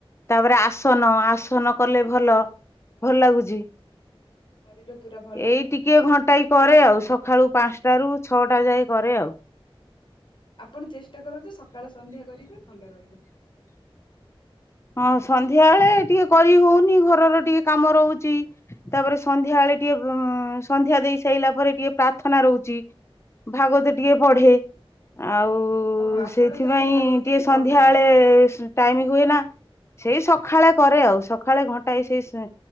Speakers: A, on the left; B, on the left.
A: ତାପରେ ଆସନ ଆସନ କଲେ ଭଲ ଭଲ ଲାଗୁଛି।
B: ଶରୀର ପୁରା ଭଲ
A: ଏଇ ଟିକେ ଘଣ୍ଟାାଏ
B: ରହିବ
A: କରେ ଆଉ
B: ପୁରା
A: ସକାଳୁ ପାଞ୍ଚ ଟା ରୁ ଛଅଟା ଯାଏ କରେ ଆଉ।
B: ଆପଣ ଚେଷ୍ଟା କରନ୍ତୁ ସକାଳ ସନ୍ଧ୍ୟା କରିବେ ଭଲ ରହିବ ଦେହ।
A: ହଁ ସନ୍ଧ୍ୟା ବଳେ ଟିକେ କରି ହଉନି ଘରର ଟିକେ କାମ ରହୁଛି। ତାପରେ ସନ୍ଧ୍ୟା ବେଳେ ଟିକେ ଉ ସନ୍ଧ୍ୟାଦେଇ ସାଇଲା ପରେ ଟିକେ ପ୍ରାର୍ଥନା ରହୁଛି। ଭାଗବତ ଟିକେ ପଢେ। ଆଉ ଓ
B: ଓହୋ ଆପଣ
A: ସେଇଥିପାଇଁ
B: ତାହେଲେ ଭାଗବତ
A: ଟିକେ
B: ବି
A: ସନ୍ଧ୍ୟାବେଳେ
B: ପଢୁଛନ୍ତି।
A: ଟାଇମ ହୁଏନା। ସେଇ ସକାଳେ କରେ ଆଉ ସକାଳେ ଘଣ୍ଟାଏ ସେଇ